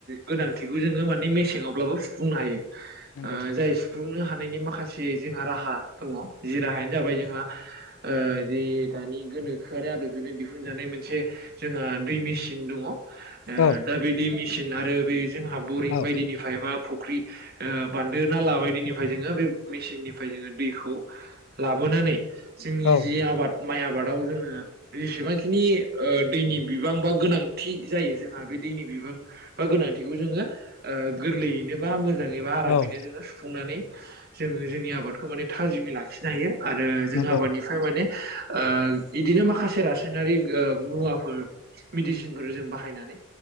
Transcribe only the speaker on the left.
नंगौ
नंगौ
औ
औ
औ
औ
नंगौ